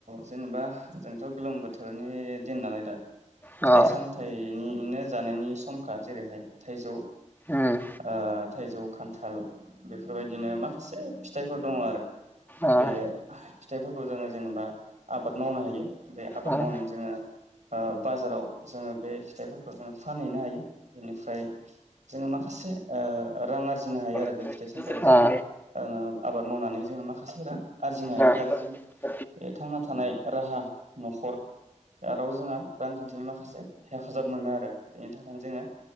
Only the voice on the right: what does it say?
जेनेबा जोंथ' गोलोम बोथोरनि दिन नालाय दा
फिथाइ सामथायाइनिनो जानायनि समखा जेरैहाय थाइजौ
आ थाइजौ खान थाल बेफोरबायदिनो माखासे फिथाइफोर दङ आरो
बे फिथाइफोरखौ जानाय जेनेबा आबाद मावनो हायो बे आबाद
मावनाय
जोङो ओ बाजाराव जोङो बे फिथाइफोरखौ जोङो फानहैनो हायो बेनिफ्राय जोङो माखासे रां आरजिनो हायो आरो
बे फिथाइ सामथफोरखौ जों आबाद मावनानै जोङो माखासे रां आरजिनो हायो
आरो जोंनि बे थांना थानाय राहा न'खर आरो जोंहा रांखान्थिनि माखासे माखासे हेफाजाब मोनो आरो बेनि थाखायनो जोङो